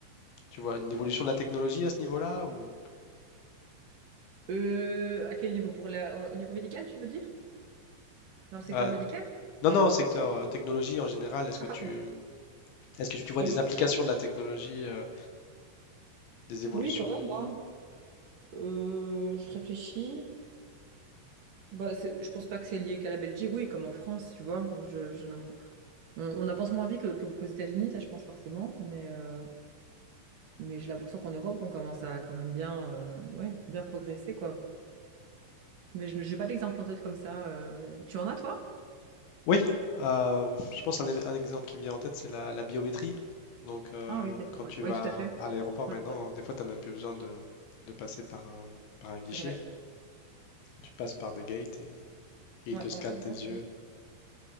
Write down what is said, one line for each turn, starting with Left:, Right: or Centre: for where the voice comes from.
Left: tu vois une évolution de la technologie à ce niveau-là ou
Right: Euh, à quel niveau? Pour la, au niveau médical, tu veux dire? Dans le secteur
Left: euh,
Right: médical?
Left: non non secteur euh, technologie en général, est-ce que
Right: Ah,
Left: tu
Right: pardon.
Left: est-ce que tu vois
Right: Euh,
Left: des applications de la technologie, euh, des évolutions?
Right: oui, quand même. hein. Euh, je réfléchis. Bah, c'est- je pense pas que c'est lié qu'à la Belgique. Oui, comme en France, tu vois. Je, je- on, on avance moins vite que- qu'aux qu'aux États-Unis, ça, je pense forcément. Mais, euh, mais j'ai l'impression qu'en Europe, on commence à quand même bien, euh, ouais, bien progresser, quoi. Mais je n'ai pas d'exemple en tête comme ça. euh. Tu en as, toi?
Left: Oui, euh, je pense un, e- un exemple qui me vient en tête, c'est la, la biométrie. Donc, euh,
Right: Ah oui, d'accord.
Left: quand
Right: ouais.
Left: tu
Right: Oui,
Left: vas
Right: tout à fait.
Left: à l'aéroport maintenant,
Right: Oui, ouais.
Left: des fois, tu n'as même plus besoin de, de passer par un, par un guichet.
Right: C'est vrai.
Left: Tu passes par des gates et, et
Right: Ouais,
Left: ils te scannent
Right: ouais, non,
Left: tes yeux.
Right: c'est